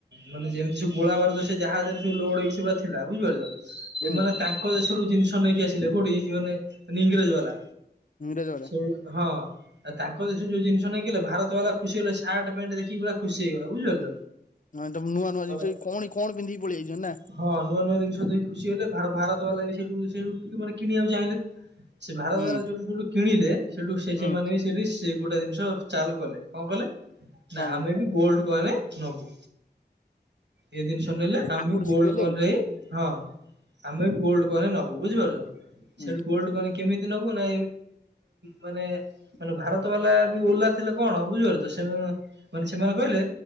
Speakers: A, on the right; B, on the left.
A: ମାନେ ଯେମିତି ସବ ଗୋଳା ବାରଦ ସେ ଜାହାଜରେ ସବୁ ଲଉଡେଇକି ସବୁ ଥିଲା ବୁଝିପାରୁଛ।
B: ହୁଁ
A: ଏମାନେ ତାଙ୍କ ଦେଶରୁ ଜିନିଷ ନେଇକି ଆସିଲେ କୋଉଠୀ ମାନେ ଇଂରେଜ ବାଲା
B: ଇଂରେଜ ବେଳେ
A: ସେ ହଁ। ଆ ତାଙ୍କ ଦେଶ ଯୋଉ ଜିନିଷ ନାଇଁଲେ ଭାରତ ତ ଖୁସି ହେଲେ ସାର୍ଟ ପ୍ୟାଣ୍ଟ ଦେଖି କି ପା ଖୁସି ହେଇଗଲା ବୁଝିପାରୁଛ
B: ମାନେ ତମେ ନୂଆ ନୂଆ
A: ମାନ
B: ଜିନିଷ କଣ କଣ ପିନ୍ଧିକି ପଳେଇ ଆଇଛନ୍ତି ନା
A: ହଁ ନୂଆ ନୂଆ ଜିନିଷ ଖୁସି ହେଲେ ଭାରତ ବାଲା ବି ସେଠୁ ସେଇଠୁ ମାନେ କିଣିବାକୁ ଚାହିଁଲେ ସେ ଭାରତ
B: ହୁଁ
A: ଦଵାରା ଯୋଠୁ ଯୋଠୁ କିଣିଲେ ସେଠୁ ସେ
B: ହୁଁ
A: ସେମାନେ ବି ସେ ସେଇ ଗୋଟା ଜିନିଷ ଚାଲ କଲେ କଣ କହିଲେ
B: କଣ
A: ନା
B: କଲେ
A: ଆମେ ବି ଗୋଲ୍ଡ କହଲେେ ନବୁ ଏଇ ଜିନିଷ ନେଲେ ଆମେ
B: ଆକୁଠୁ
A: ବି ଗୋଲଡ
B: ଶିଖିଗଲେ
A: କନ ରେ ହ ହଁ ଆମେ ଗୋଲଡ କ ନବୁ ବୁଝିପାରୁଛ
B: ହୁଁ
A: ସେଠୁ ଗୋଲଡ କ କେମିତି ନବୁ ନା ମାନେ ମାନେ ଭାରତ ବାଲା ବି ଓହଲା ଥିଲେ କଣ ଆଉ ବୁଝିପାର ତ ସେମାନେ ମାନେ ସେମାନେ କହିଲେ